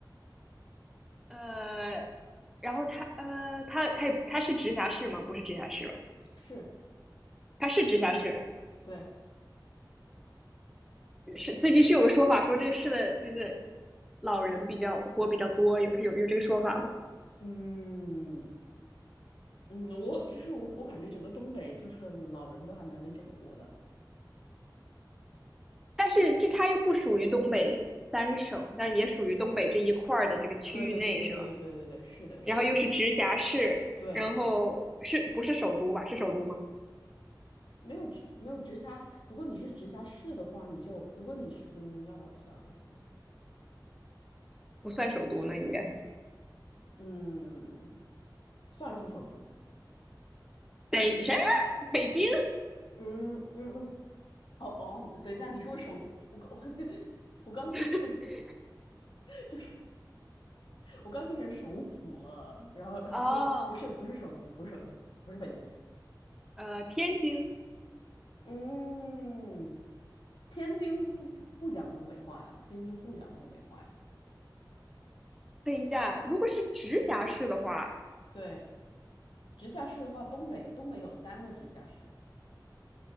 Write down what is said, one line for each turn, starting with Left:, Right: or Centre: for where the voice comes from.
Centre: 呃，然后它呃，它它也它是直辖市吗？不是直辖市吧？
Left: 是
Centre: 它是直辖市。
Left: 对。
Centre: 是最近是有个说法说这个市的就是老人比较活比较多，有有有这个说法吗？
Left: 嗯嗯，我其实我我感觉整个东北就是老人都还蛮能整活的。
Centre: 但是这它又不属于东北三省，但也属于东北这一块儿的这个区域内是吧？
Left: 对对对对对对对对对，是的，是的，
Centre: 然后又是直辖市，
Left: 对，
Centre: 然后是不是首都吧？是首都吗？
Left: 没有直没有直辖，如果你是直辖市的话，你就如果你是嗯，让我想一下，
Centre: 不算首都那应该
Left: 嗯嗯，算是首都。
Centre: 北啥？北京
Left: 嗯嗯嗯哦哦，等一下，你说首都，我刚 <laughs> 我刚听成
Centre: <laughs>
Left: 就是我刚听成首府了，然后对，
Centre: 哦，
Left: 不是不是首都，不是首都，不是北京，
Centre: 呃，天津。
Left: 嗯，天津不不不讲东北话呀，天津不讲东北话呀，
Centre: 等一下，如果是直辖市的话，
Left: 对，直辖市的话，东北东北有三个直辖市，